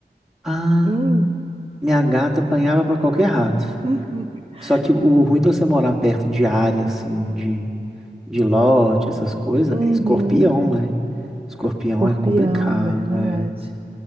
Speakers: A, in the centre; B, on the right.
A: Ah,
B: Hum,
A: minha gata apanhava pra qualquer rato.
B: <laughs>
A: Só que o ruim de você morar perto de área, assim, de de lote, essas coisas,
B: uhum.
A: é escorpião, né? Escorpião
B: Escorpião,
A: é complicado,
B: verdade.
A: é.